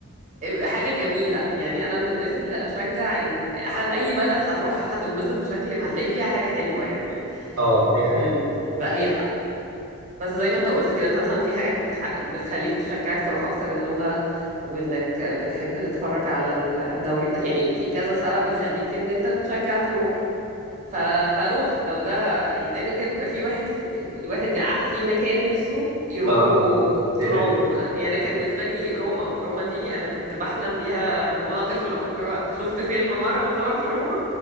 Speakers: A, on the right (about 35°); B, on the right (about 90°).
A: حاجة جميلة يعني انا من الناس اللي اشجع ان حد اي بلد هتروحها هتنبسط بشكل ما هتلاقي فيها حاجة حلوة يعني
B: اه دي حقيقة
A: م-
B: بالظبط
A: بقى هي بس زي ما انت قلت كده انت مثلا في حاجات بتح... بتخليك تشجعك تروح اكتر اللغة وانك بتحب تتفرج على الدوري بتا... يعني في كذا سبب يخليك ان انت تشجع تروح ف... فاروح لو ده يعني دايما كده بيبقى في واحد في... الواحد يع- في مكان نفسه يروحه
B: اه دي
A: طول
B: حقيقة
A: عمره بقى. يعني انا كان بالنسبه لي روما روما دي انا كنت بحلم بيها من وانا طفله اللي هو شفت فيلم مره متصور في روما